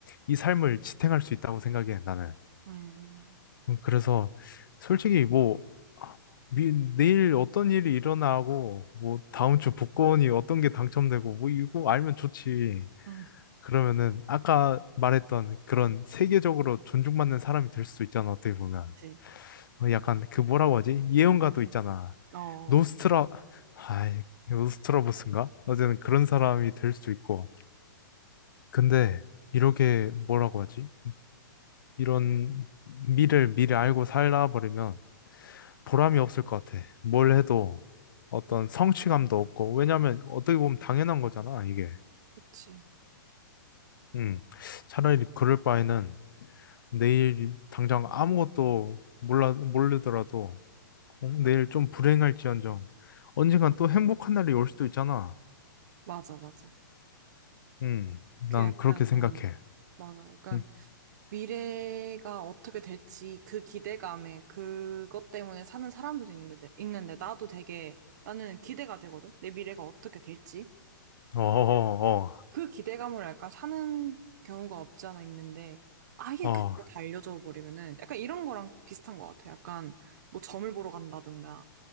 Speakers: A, on the left (about 70°); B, on the right (about 55°).
A: 이 삶을 지탱할 수 있다고 생각해, 나는.
B: 응, 응,
A: 음, 그래서 솔직히 뭐 아, 미- 내일 어떤 일이 일어나고 뭐 다음 주 복권이 어떤 게 당첨되고 뭐 이거 알면 좋지.
B: 응,
A: 그러면은 아까 말했던 그런 세계적으로 존중받는 사람이 될 수도 있잖아 어떻게 보면
B: 그치.
A: 어, 약간 그 뭐라고 하지 예언가도 있잖아
B: 어,
A: 노스트라 아이 노스트라보스인가 어쨌든 그런 사람이 될 수도 있고 근데 이렇게 뭐라고 하지 이런 미를 미리 알고 살다 버리면 보람이 없을 것 같아 뭘 해도 어떤 성취감도 없고 왜냐면 어떻게 보면 당연한 거잖아 이게
B: 그치.
A: 음 차라리 그럴 바에는 내일 당장 아무것도 몰라, 모르더라도 어, 내일 좀 불행할지언정 언젠간 또 행복한 날이 올 수도 있잖아.
B: 맞아, 맞아.
A: 음, 난
B: 그 약간,
A: 그렇게 생각해.
B: 어, 맞아. 약간
A: 음,
B: 미래가 어떻게 될지 그 기대감에 그것 때문에 사는 사람들도 있는데, 있는데 나도 되게, 나는 기대가 되거든? 내 미래가 어떻게 될지.
A: 어, 어,
B: 그 기대감을 약간 사는 경우가 없지 않아 있는데 아예
A: 어,
B: 그거를 다 알려줘 버리면은 약간 이런 거랑 비슷한 것 같아요. 약간 뭐 점을 보러 간다든가